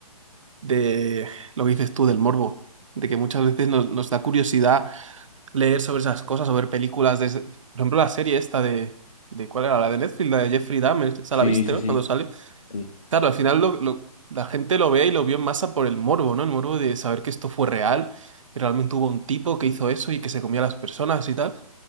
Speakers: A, on the right; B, on the left.
A: de lo que dices tú, del morbo, de que muchas veces nos, nos da curiosidad leer sobre esas cosas, o ver películas de... ese- Por ejemplo, la serie esta de... de ¿cuál era? La de Netflix, la de Jeffrey Dahmer, esa
B: Sí,
A: la viste,
B: sí,
A: ¿no?
B: sí,
A: Cuando sale.
B: sí.
A: Claro, al final lo- lo- la gente lo ve y lo vio en masa por el morbo, ¿no? El morbo de saber que esto fue real, que realmente hubo un tipo que hizo eso y que se comía a las personas y tal.